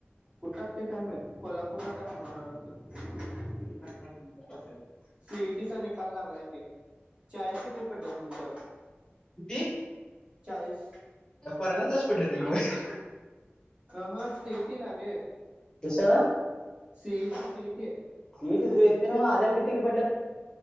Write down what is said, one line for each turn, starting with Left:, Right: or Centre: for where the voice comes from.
Right: ू टाकते काय मी कोल्हापूरला टाकणार अस्थ
Left: च
Right: सीईटीचा निकाल लागलाय क चाळीस टक्के पडले तुमच्याला
Left: क
Right: चाळीस
Left: परयल जास पडलं तुझी मग
Right: ह हा सीटला रे
Left: कशाला
Right: सीट सीटी
Left: सटे ना आदल किट्टकी पडलं